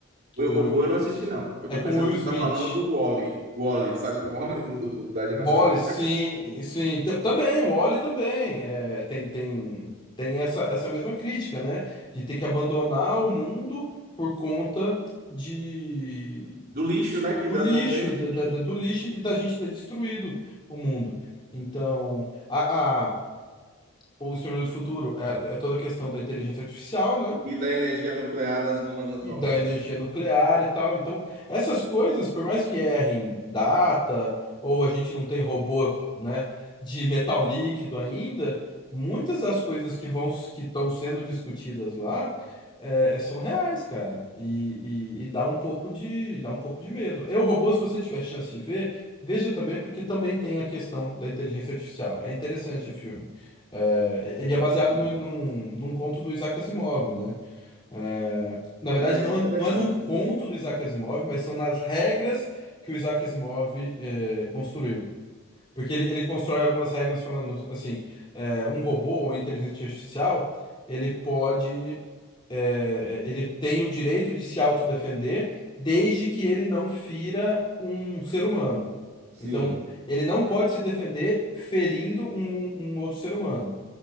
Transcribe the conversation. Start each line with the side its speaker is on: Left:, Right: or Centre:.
Right: O Eu,
Left: Com
Right: Robô
Left: o Will-
Right: eu não assisti, não. Eu
Left: é
Right: tô
Left: com
Right: pensando
Left: o Will
Right: que
Left: Smith.
Right: você tá falando do Wall-E. Wall-E, sabe do Wall-E, do, do- do- da animação?
Left: Wall-E, sim, sim, tam- também, Wall-E também. É, tem tem, tem essa, essa mesma crítica, né? De ter que abandonar o mundo por conta de
Right: Do lixo, né, que
Left: do
Right: das
Left: lixo,
Right: montanhas de
Left: da,
Right: lixo.
Left: da- da- do lixo e da gente ter destruído o mundo. Então, a, a- o Exterminador do Futuro é, é toda a questão da inteligência artificial, né?
Right: E da energia nuclear das bombas atômicas.
Left: e da energia nuclear e tal. Então, essas coisas, por mais que errem data, ou a gente não tem robô, né, de metal líquido ainda, muitas das coisas que vão, que estão sendo discutidas lá, é, é, são reais, cara. E, e- e dá um pouco de, dá um pouco de medo. Eu, robô, se você tiver chance de ver, veja também, porque também tem a questão da inteligência artificial. É interessante o filme. É,
Right: Hum,
Left: e é baseado no, num, num conto do Isaac Asimov, né? É, na verdade,
Right: parece
Left: não é,
Right: interessante.
Left: não é num conto do Isaac Asimov, mas são nas regras que o Isaac Asimov é, construiu. Porque ele, ele constrói algumas regras falando assim, é, um robô ou inteligência artificial, ele pode, é, ele tem o direito de se autodefender desde que ele não fira um ser humano.
Right: Sim,
Left: Então, ele não pode se defender ferindo um, um outro ser humano.